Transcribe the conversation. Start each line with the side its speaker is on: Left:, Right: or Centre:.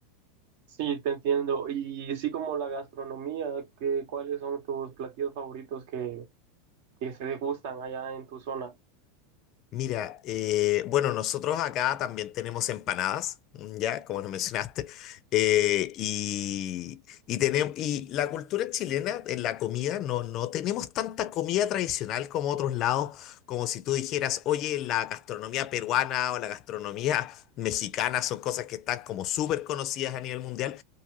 Right: Sí, te entiendo. Y sí, como la gastronomía, ¿qué ¿cuáles son tus platillos favoritos que, que se degustan allá en tu zona?
Left: Mira, eh, bueno, nosotros acá también tenemos empanadas, mm, ya, como lo <laughs> mencionaste, eh, y, y, tenemos, y la cultura chilena en la comida, no, no tenemos tanta comida tradicional como otros lados, como si tú dijeras, oye, la gastronomía peruana o la gastronomía mexicana son cosas que están como súper conocidas a nivel mundial.